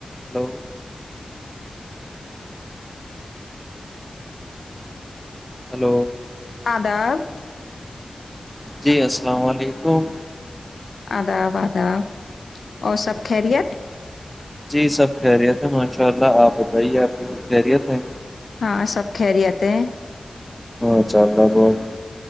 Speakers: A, in the centre; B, on the left.
A: hello hello
B: آداب
A: جی السلام علیکم
B: آداب آداب اور سب خرت
A: جی سب خیریت ہے ماشاء اللہ آپ بتائیے آپ کی سب خیریت ہے
B: ہاں سب خہریتے ہیں
A: ہاں چ اللہ بت